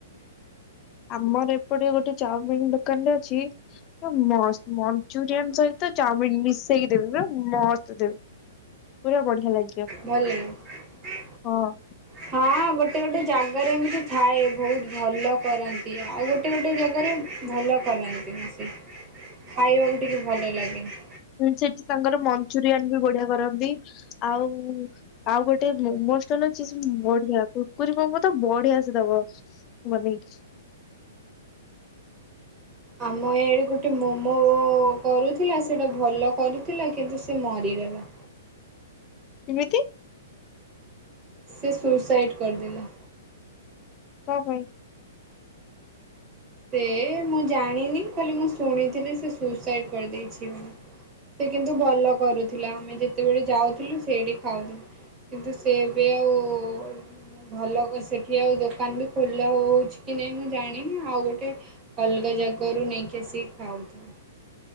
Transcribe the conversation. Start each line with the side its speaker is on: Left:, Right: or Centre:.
Left: ଆମର ଏପଟେ ଗୋଟେ ଚାଉମିିନ ଦୋକାନ ରେ ଅଛି ମସ୍ତ ମଞ୍ଚୁରିଆନ ସହିତ ଚାଉମିନ ମିଶେଇକି ଦେବେ ମ ମସ୍ତ୍ ଦେବେ। ପୁରା ବଢିଆ ଲାଗିବ।
Right: ଭଲ ଲାଗେ।
Left: ହଁ।
Right: ହଁ ଗୋଟେ ଗୋଟେ ଜାଗାରେ ଏମିତି ଥାଏ ବହୁତ ଭଲ କରନ୍ତି ଆଉ ଗୋଟେ ଗୋଟେ ଗୋଟେ ଜାଗାରେ ଭଲ କରନ୍ତିନି ସେ ଖାଇବାକୁ ଟିକେ ଭଲ ଲାଗେନି
Left: ସେଠି ତାଙ୍କର ମଞ୍ଚୁରିଆନ ବି ବଢିଆ କରନ୍ତି ଆଉ ଆଉ ଗୋଟେ ମୋମୋଷ୍ଟଲ ଅଛି ସେ ବଢିଆ କୁରୁକୁରେ ମୋମୋ ତ ବଢିଆ ସେ ଦବ। <inaudible>
Right: ଆମ ଇଆଡ଼େ ଗୋଟେ ମୋମୋ କରୁଥିଲା ସେଇଟା ଭଲ କରୁଥିଲା କିନ୍ତୁ ସେ ମରିଗଲା।
Left: କେମିତି?
Right: ସେ ସୁଇସାଇଡ଼୍ କରିଦେଲା।
Left: କଣ ପାଇଁ?
Right: ସେ ମୁଁ ଜାଣିନି ଖାଲି ମୁଁ ଶୁଣିଥିଲି ସେ ସୁସାଇଡି କରିଦେଇଛି ବୋଲି। ସେ କିନ୍ତୁ ଭଲ କରୁଥିଲା ଆମେ ଯେତେବେଳେ ଯାଉଥିଲୁ ସେଇଠି ଖାଉୁ। କିନ୍ତୁ ସେବି ଆଉ ଭଲ କ ସେଠି ଆଉ ଦୋକାନ ବି ଖୋଲା ହଉଛି କି ନାଇଁ ମୁଁ ଜାଣିନି ଆଉ ଗୋଟେ ଗୋଟେ ଅଲଗା ଜାଗାରୁ ନେଇକି ଆସିକି ଖାଉ।